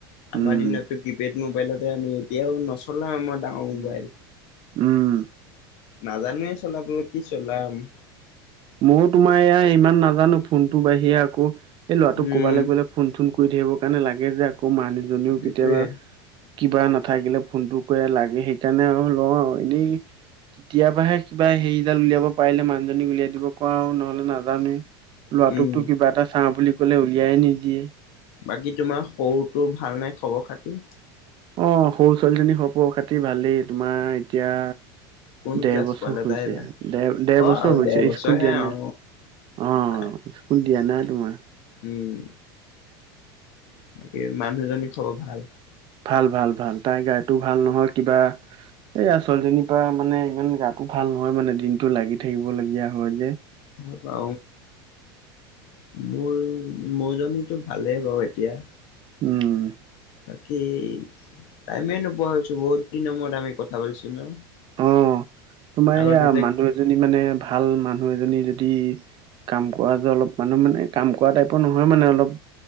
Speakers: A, on the left (about 65°); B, on the right (about 40°).
A: আমাৰ
B: উম
A: দিনতো কিপেড মোবাইলতে আমি এতিয়াও নচলাও আমাৰ ডাঙৰ মোবাইল
B: উম উম।
A: নাজানোৱে চলাবলৈ কি চলাম৷
B: ময়ো তোমাৰ এয়া ইমান নাজানো ফোনটো বাহিৰে আকৌ এই ল'ৰাটোক
A: উম
B: কবালৈ গ'লে ফোন চোন কৰি থাকিবৰ কাৰণে লাগে যে আকৌ মানুহজনীও
A: সেইটোৱে
B: কেতিয়াবা কিবা নাথাকিলে ফোনটো কৰি লাগে সেইকাৰণে আৰু লওঁ আৰু এনেই কেতিয়াবাহে কিবা হেৰিডাল উলিয়াব পাৰিলে মানুহজনীক উলিয়াই দিব নহলে নাজানোয়েই লৰাটোক
A: উম
B: কিবা এটা চাওঁ বুলি কলে উলিয়াই নিদিয়ে৷
A: বাকী তোমাৰ সৰুটো ভাল নে খবৰ খাতি৷
B: অ সৰু ছোৱালীজনী খব খাতি ভালেই তোমাৰ এতিয়া
A: কোন
B: দেৰ
A: ক্লাছ
B: বছৰ
A: পালে
B: হৈছে
A: তাই এইবাৰ
B: দেৰ-দেৰ
A: অ
B: বছৰ হৈছে
A: ডেৰ বছৰহে
B: স্কুল দিয়া নাই৷
A: অ
B: অ-অ
A: নাই
B: স্কুল দিয়া নাই তোমাৰ
A: উম বাকি মানুহজনী খবৰ ভাল?
B: ভাল ভাল ভাল তাই গাতো ভাল নহয় কিবা- এই ছোৱালী জনীৰ পৰা মানে ইমান গাটো ভাল নহয় মানে দিনটো লাগি থাকিব লগগীয়া হয় যে।
A: তাৰপা মোৰ মোৰজনী ভালেই বাৰু এতিয়া
B: উম
A: বাকী টাইমেই নোপোৱা হৈছো বহুত দিনৰ মূৰত আমি কথা পাতিছো ন।
B: অ তোমাৰ
A: আগতে
B: এইয়া
A: যে
B: মানুহ এজনী মানে ভাল মানুহ এজনী যদি- কাম কৰা যে অলপ মানুহ মানে কাম কৰা টাইপৰ নহয় মানে অলপ-